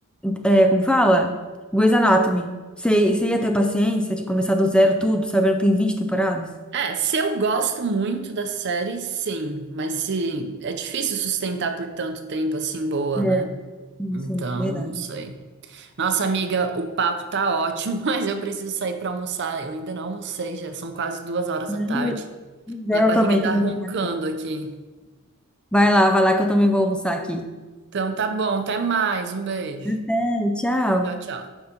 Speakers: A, in the centre; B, on the right.
A: é, como fala? Grey's Anatomy. Você você ia ter paciência de começar do zero tudo, saber que tem 20 temporadas?
B: É, se eu gosto muito da série, sim, mas se é difícil sustentar por tanto tempo assim boa,
A: É.
B: né? Então,
A: Sim, verdade.
B: não sei. Nossa amiga, o papo tá ótimo, <laughs> mas eu preciso sair pra almoçar. Eu ainda não almocei, já são quase duas horas
A: Hum,
B: da tarde.
A: Eu
B: Minha barriga
A: também
B: tá
A: tenho que
B: roncando
A: almoçar agora.
B: aqui.
A: Vai lá, vai lá que eu também vou almoçar aqui.
B: Então tá bom, até mais. Um beijo.
A: Até, tchau.
B: Tchau, tchau.